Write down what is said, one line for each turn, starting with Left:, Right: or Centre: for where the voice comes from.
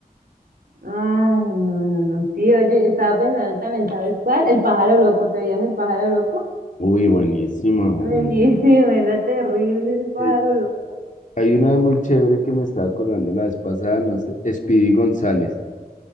Right: Ay, no, no, no. Sí, oye, estaba pensando también, ¿sabes cuál? El pájaro loco, ¿te veías el pájaro loco?
Left: Uy, buenísimo,
Right: Buenísimo,
Left: bueno.
Right: era terrible ese pájaro
Left: Eh,
Right: loco.
Left: hay una muy chévere que me estaba acordando la vez pasada, no sé, Speedy González.